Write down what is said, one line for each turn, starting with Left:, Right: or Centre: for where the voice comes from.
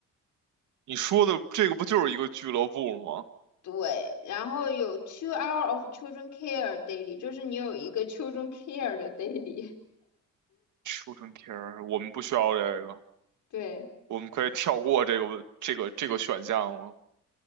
Right: 你说的这个不就是一个俱乐部吗
Left: 对，然后有 two hour of children care daily，就是你有一个 children care 的 daily，
Right: ？Children Care，我们不需要这个。
Left: <laughs> 对，
Right: 我们可以跳过这个这个这个选项了。